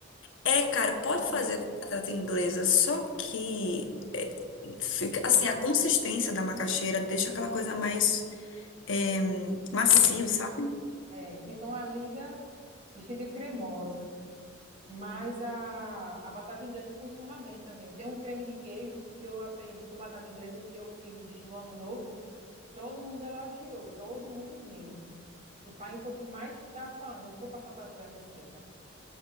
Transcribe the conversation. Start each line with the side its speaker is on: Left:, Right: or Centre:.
Left: É, cara, pode
Right: Fica
Left: fazer com batata inglesa, só que é, fica assim, a consistência da macaxeira deixa aquela coisa mais é, macio,
Right: li-
Left: sabe?
Right: É, fica uma liga e fica cremosa. Mas a, a batata inglesa funciona bem também. Tem um creme de queijo que eu aprendi com batata inglesa que eu fiz no ano novo. Todo mundo elogiou, todo mundo mesmo. E pai foi o que mais estava falando. Eu vou passar para tua receita.